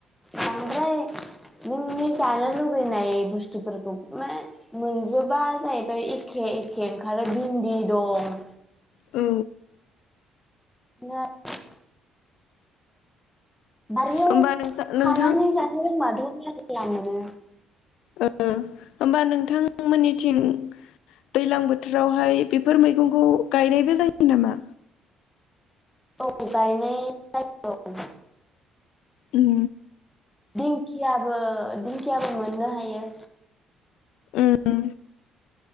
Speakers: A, in the centre; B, on the left (about 75°).
A: ओमफ्राय नोंनि जानो लुबैनाय बुस्थुफोरखौ मा मोनजोबा जाहैबाय एखे एखे एखे ओंखारो भिन्दि दं
B: औ
A: <unintelligible> बारियाव
B: होमबा नोंसा नोंथां
A: खानानै जानो रोंबाथ' मेरला मोनो
B: ओ होमबा नोंथांमोननिथिं
A: औ
B: दैलां बोथोरावहाय बेफोर मैगंखौ गायनायबो जायो नामा
A: औ गायनाय जायो औ दिं
B: उम
A: दिंखियाबो दिंखियाबो मोननो हायो
B: उम